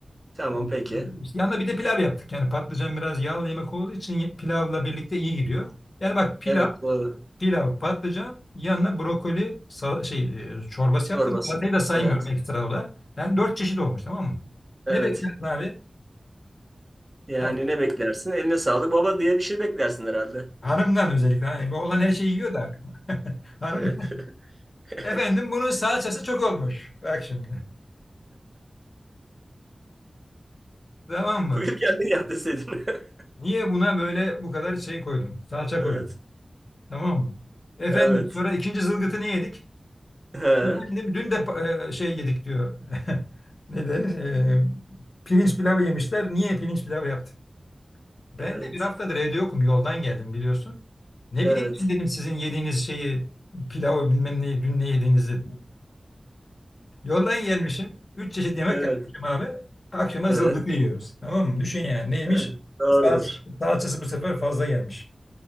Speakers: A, on the right; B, on the left.
A: Tamam
B: Evet.
A: peki.
B: Ee, İşte yanında bir de pilav yaptık. Yani patlıcan biraz yağlı yemek olduğu için ye- pilavla birlikte iyi gidiyor. Yani bak pilav,
A: Evet doğru.
B: pilav, patlıcan yanına brokoli sal- şey e, çorbası
A: Çorbası.
B: yaptım. Salatayı da saymıyorum
A: Evet.
B: ekstra o da. Yani dört çeşit olmuş tamam mı?
A: Evet.
B: Ne beklersin abi?
A: Yani
B: Bak,
A: ne beklersin? Eline sağlık baba diye bir şey beklersin herhalde.
B: hanımdan özellikle. Hani bu olan her şeyi yiyor da. <laughs> Hanım.
A: Evet.
B: <laughs>
A: <laughs>
B: Efendim bunun salçası çok olmuş. Bak şimdi. Tamam mı?
A: Buyur kendin yap deseydin. <laughs>
B: Niye buna böyle bu kadar şey koydun? Salça
A: Evet.
B: koydun. Tamam mı? Efendim
A: Evet.
B: sonra ikinci zılgıtı ne yedik?
A: Ha,
B: Efendim dün de pa- e, şey yedik diyor. <laughs> Ne de e, pirinç pilavı yemişler. Niye pirinç pilavı yaptın? Ben
A: Evet.
B: de bir haftadır evde yokum. Yoldan geldim biliyorsun. Ne
A: Evet.
B: bileyim ben dedim sizin yediğiniz şeyi pilavı bilmem neyi dün ne yediğinizi. Yoldan gelmişim. Üç çeşit yemek
A: Evet.
B: yapmışım abi. Akşama
A: Evet.
B: zılgıtı yiyoruz. Tamam mı? Düşün yani neymiş?
A: Evet. Doğrudur.
B: Salç- salçası bu sefer fazla gelmiş.